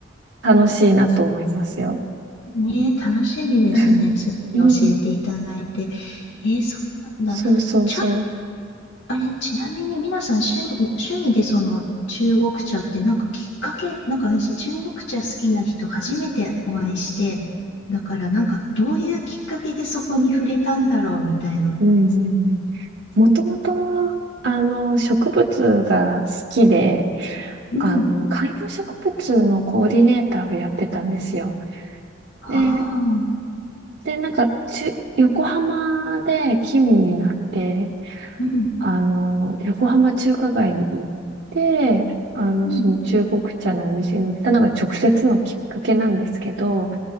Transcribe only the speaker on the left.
ねえ、楽しみですね。
すごい教えていただいて。
えー、そうなんだ。
ちゃん、あれ、ちなみに皆さん趣、趣味でその中国茶ってなんかきっかけ、なんか私、中国茶好きな人初めてお会いして、だからなんかどういうきっかけでそこに触れたんだろうみたいな。
うん。
ああ。
うん。
うん。